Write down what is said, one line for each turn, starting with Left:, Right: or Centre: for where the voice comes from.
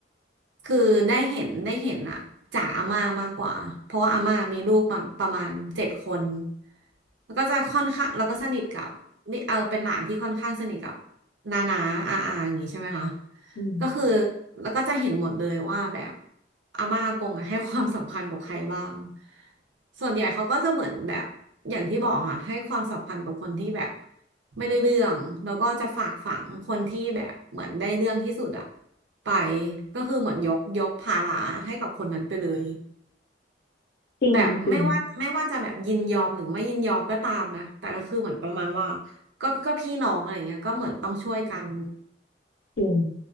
Right: คือได้เห็นได้เห็นอะจากอาม่ามากกว่าเพราะว่าอาม่ามีลูกประประมาณเจ็ดคนแล้วก็จะค่อนข้างแล้วก็สนิทกับนี่เออเป็นหลานที่ค่อนข้างสนิทกับ หนาๆาอาอาอย่างงี้ใช่ไหมคะ
Left: อืม
Right: ก็คือแล้วก็จะเห็นหมดเลยว่าแบบอาม่าอากงอะ <laughs> ให้ความสำคัญกับใครบ้าง ส่วนใหญ่เขาก็จะเหมือนแบบอย่างที่บอกค่ะให้ความสำคัญกับคนที่แบบไม่ได้เรื่อง แล้วก็จะฝากฝังคนที่แบบเหมือนได้เรื่องที่สุดอะไป ก็คือเหมือนยกยกภาระให้กับคนนั้นไปเลย
Left: จริงจริง
Right: แบบไม่ว่าไม่ว่าจะแบบยินยอมหรือไม่ยินยอมก็ตามนะ แต่ก็คือเหมือนประมาณว่าก็ก็พี่น้องอะไรเงี้ยก็เหมือนต้องช่วยกัน
Left: จริง